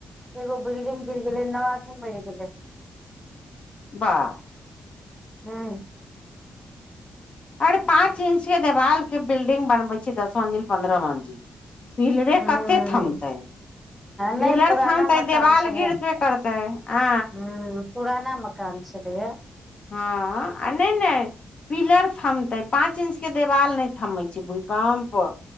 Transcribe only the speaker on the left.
बा
अरे पाँच इंच के देवाल के बिल्डिंग बनबै छैय दश मंजिल पन्द्रह मंजिल पिलरे
कते थमतै
पिलर
थनतै
देवाल
गिरते करतै आ
ह आ नहि नहि पिलर थमते पाँच इंच के देवाल नहि थमै छैय भूकम्प